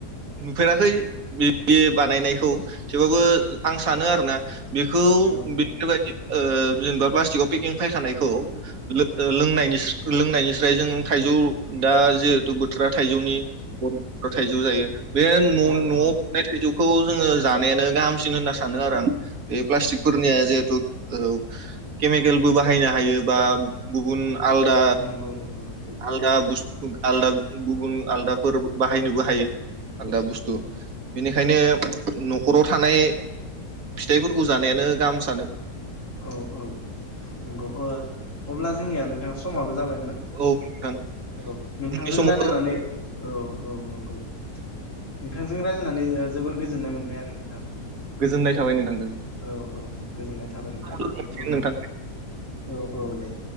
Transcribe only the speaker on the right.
नुफेराखै बे बानायनायखौ थेवबाब्बो आं सानो आरो ना बेखौ
बेफोरबायदि
ओ जेनेबा प्लास्टिकआव पेकिं फायखानायखौ लों लोंनायनिफ्रास्राय जों थाइजौ दा जिहेतु बोथोरा थाइजौनि बर' थाइजौ जायो बे' न'आव
मोननाय
थाइजौ खौ जोङो जानायानो गाहामसिन होनना सानो आरो आं बे प्लास्टिकफोरनिया जिहेथु औ केमिकेलबो बाहायनो हायो बा गुबुन आलदा
आलदा <unintelligible> आलदा गुबुन आलदाफोर बाहायनोबो हायो आलदा बुस्थु बेनिखायनो नखराव थानाय फिथाइफोरखौ जानायानो गाहाम सानो
औ नोंथां
उननि समाव
गोजोननाय थाबाय नोंथांखौ
लोगो मोनसिगोन
नोंथां